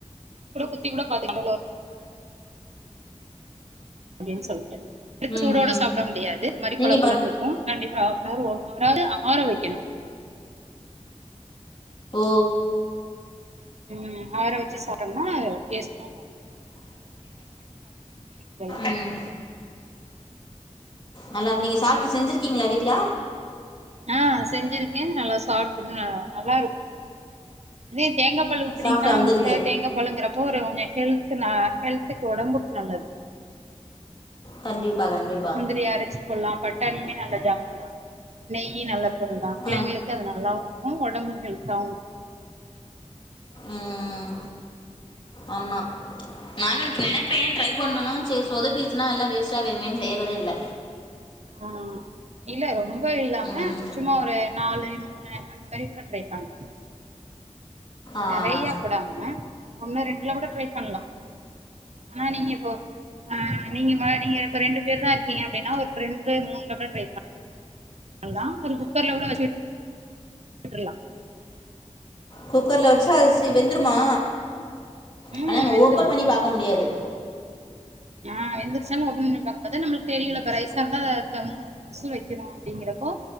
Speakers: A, on the right; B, on the left.
A: கூட குத்தி கூட பாத்தீங் ப்டின் சொல்ட்டு
B: ம்
A: சுடோட
B: ம்
A: சாப்ட முடியாது ஒரு மாரி
B: நீங்க
A: கொல
B: ப
A: கொலன்னு இருக்கு கண்டிப்பா ஹாஃப்னார் ஓன்னார் அது ஆர வைக்கணும்
B: ஓ
A: ம் ஆற வச்சு சாப்டோனா டேஸ்ட் நல்லாருக்கு போல
B: ம் நல்லாரு நீங்க சாப்ட்டு செஞ்சிருக்கீங்களா வீட்ல
A: ஆ செஞ்சிருக்கே நல்லா சாப்டருக்கு ஆ நல்லாருக்கு இதுலயே தேங்கா பால் ஊத்திரிங்கனா
B: சாஃப்டா வந்திருக்கு
A: முட்ட தேங்கப் பால்லுங்கிறப்போ ஒரு ஹெல்த்துனா ஹெல்த்துக்கு ஒடம்புக்கு நல்லது
B: கண்டிப்பா கண்டிப்பா
A: இது மாரி அரச்சு போல்லாம் பட்டாணியுமே நல்லதாம்லா நெய்யும் நல்ல பொருலாம் பிள்ளைங்களுக்
B: ஆ
A: க்கு அது நல்லாவு இருக்கும் ஒடம்புக்கு ஹெல்த்தாவும் இர்
B: ம் ம் ஆமா நானு நெனப்பே ட்ரை பண்ணனும் செரி சொதப்பிடிச்சுன்னா எல்லா வேஸ்டா வேய்றமேன் செய்யறதே இல்ல
A: ஆ இல்ல ரொம்ப இல்லாம
B: ம்
A: சும்மா ஒரு நாலு மூணு அந்த மாரி கூட ட்ரை பண்லா
B: ஆ
A: நெறைய கூடாம ஒண்ணு ரெண்டுல கூட ட்ரை பண்லா ஆனா நீங்க இப்போ ஆ நீங்க நீங்க இப்ப ரெண்டு பேரு தா இருக்கீங்க அப்டின்னா ஒரு ரெண்டு மூண்ல கூட ட்ரை பண் வந்தா ஒரு குக்கர்ல கூட வச்சுட் விட்ருலா
B: குக்கர்ல வச்சா அரிசி வெந்துருமா
A: ம்
B: ஆனா நம்ம
A: வெந்துரு
B: ஓப்பன் பண்ணி பாக்க முடியாது
A: ஆ வெந்திருச்சான் ஓப்பன் பண்ணி பாக்க கூடாது அதா நம்ப்ளுக் தெரியுல இப்ப ரைஸ்ஸாருந்தா தம் சு வெக்கணு அப்டிங்கிறப்போ